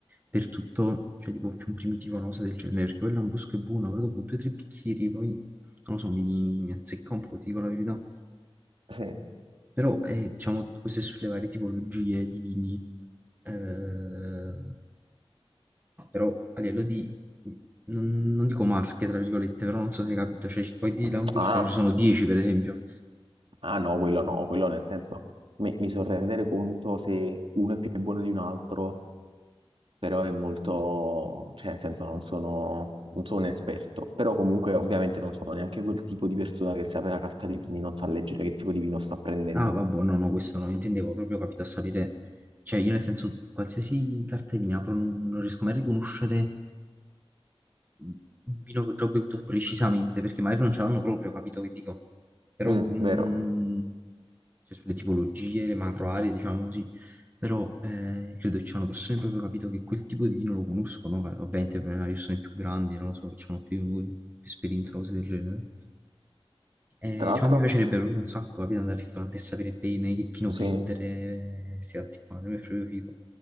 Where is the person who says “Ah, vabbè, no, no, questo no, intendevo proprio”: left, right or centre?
Right